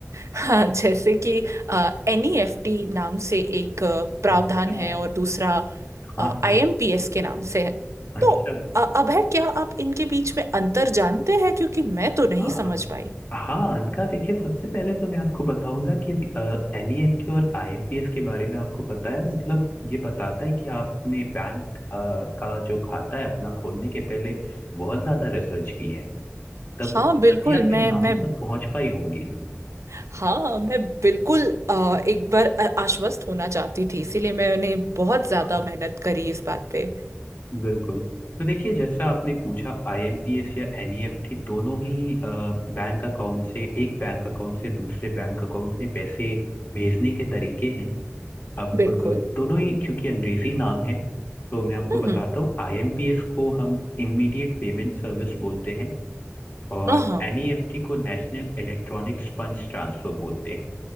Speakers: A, on the right; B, on the left.
A: हाँ जैसे कि एन ई एफ टी नाम से एक आ, प्रावधान
B: अच्छा
A: है और दूसरा
B: हाँ हाँ
A: आई एम पी एस के नाम से है तो
B: अच्छा
A: अ, अभय क्या आप इनके बीच में अंतर जानते हैं क्योंकि मैं तो नहीं
B: हाँ
A: समझ पाई
B: हाँ अनका देखिए सबसे पहले तो मैं आपको बताऊंगा कि एनईएफटी और आईएमपीएस के बारे में आपको पता है मतलब ये बताता है कि आपने बैंक का जो खाता है अपना खोलने के पहले बहुत ज्यादा रिसर्च की है तब
A: हाँ बिल्कुल
B: तभी आप इन
A: मैं
B: नामों
A: मैं
B: तक पहुंच पाई होंगी
A: हाँ मैं बिल्कुल अ, एक बार अ- आश्वस्त होना चाहती थी इसीलिए मैंने बहुत ज्यादा
B: हाँ,
A: मेहनत करी इस बात पे
B: बिल्कुल तो देखिए जैसा आपने पूछा आईएमपीएस या एनईएफटी दोनों ही अ, बैंक अकाउंट से एक बैंक अकाउंट से दूसरे बैंक अकाउंट में पैसे भेजने के तरीके हैं अब
A: बिल्कुल
B: दोनों ही क्योंकि अंग्रेजी नाम है तो मैं आपको
A: हम्म
B: बताता हूँ आईएमपीएस को हम इमीडिएट पेमेंट सर्विस बोलते हैं और
A: हम्म, हाँ
B: एनईएफटी को नेशनल इलेक्ट्रॉनिक्स फंड्स ट्रांसफर बोलते हैं